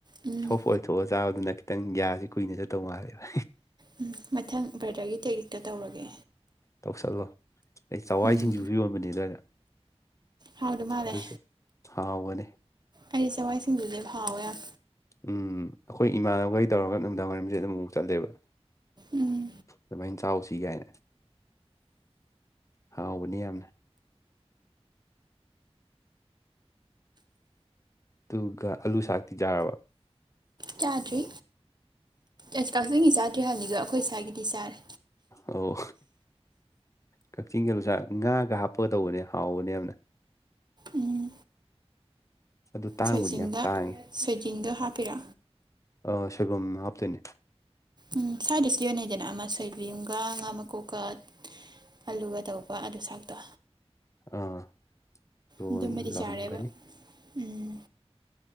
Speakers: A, on the right; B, on the left.
A: ꯎꯝ
B: ꯁꯣꯐ ꯑꯣꯏꯊꯣꯛꯑ ꯆꯥꯕꯗꯨꯅ ꯈꯤꯇꯪ ꯒ꯭ꯌꯥꯁꯤ ꯀꯨꯏꯅ ꯆꯠꯇꯧ ꯃꯥꯜꯂꯦꯕ
A: ꯎꯝ ꯃꯊꯪ ꯕ꯭ꯔꯗꯔꯒꯤ ꯇꯦꯛꯅꯤꯛꯇ ꯇꯧꯔꯒꯦ
B: ꯇꯧꯁꯜꯂꯣ ꯑꯩ ꯆꯋꯥꯏ
A: ꯎꯝ
B: ꯁꯤꯡꯖꯨ ꯁꯨ ꯌꯣꯟꯕꯅꯦ ꯑꯗꯨꯋꯥꯏꯗ
A: ꯍꯥꯎꯗꯧ ꯃꯥꯜꯂꯦ
B: ꯑꯗꯨꯁꯨ ꯍꯥꯎꯕꯅꯤ
A: ꯑꯩꯗꯤ ꯆꯥꯛꯍꯋꯥꯏ ꯁꯤꯡꯖꯨꯁꯦ ꯍꯥꯎꯋꯦ ꯌꯥꯝ
B: ꯎꯝ ꯑꯩꯈꯣꯏ ꯏꯃꯥꯟꯅꯕꯈꯩ ꯇꯧꯔꯒ ꯅꯨꯃꯤꯗꯥꯡ ꯋꯥꯏꯔꯝꯁꯦ ꯑꯗꯨꯝ ꯑꯃꯨꯛꯃꯨꯛ ꯆꯠꯂꯦꯕ
A: ꯎꯝ
B: ꯑꯗꯨꯃꯥꯏꯅ ꯆꯥꯎꯁꯤ ꯀꯥꯏꯅ ꯍꯥꯎꯕꯅꯤ ꯌꯥꯝꯅ ꯨ ꯑꯥꯂꯨ ꯁꯥꯛꯇꯤ ꯆꯥꯔꯕ
A: ꯆꯥꯗ꯭ꯔꯤ ꯑꯁ ꯀꯛꯆꯤꯡꯒꯤ ꯆꯥꯗ꯭ꯔꯤ ꯍꯥꯏꯕꯅꯤꯗ ꯑꯩꯈꯣꯏ ꯏꯁꯥꯒꯤꯗꯤ ꯆꯥꯔꯦ
B: ꯑꯣ ꯀꯛꯆꯤꯡꯒꯤ ꯂꯨꯆꯥꯛ ꯉꯥꯒ ꯍꯥꯞꯄꯒꯗꯧꯕꯅꯦ ꯍꯥꯎꯕꯅꯦ ꯌꯥꯝꯅ
A: ꯎꯝ
B: ꯑꯗꯨ ꯇꯥꯡꯕꯨꯗꯤ
A: ꯁꯣꯏꯖꯤꯟꯒ
B: ꯌꯥꯝ ꯇꯥꯡꯉꯦ
A: ꯁꯣꯏꯖꯤꯟꯗꯣ ꯍꯥꯞꯄꯤꯔꯣ
B: ꯑꯣ ꯁꯣꯏꯕꯨꯝ ꯍꯥꯞꯇꯣꯏꯅꯦ
A: ꯎꯝ ꯁ꯭ꯋꯥꯏꯗꯁꯨ ꯌꯣꯟꯅꯩꯗꯅ ꯑꯃ ꯁꯣꯏꯕꯨꯝꯒ ꯉꯥ ꯃꯀꯣꯛꯀ ꯑꯂꯨꯒ ꯇꯧꯔꯒ ꯑꯂꯨ ꯁꯥꯛꯇꯣ
B: ꯑꯥ ꯌꯣꯟꯂꯝꯒꯅꯤ
A: ꯑꯗꯨꯝꯕꯗꯤ ꯆꯥꯔꯦꯕ ꯎꯝ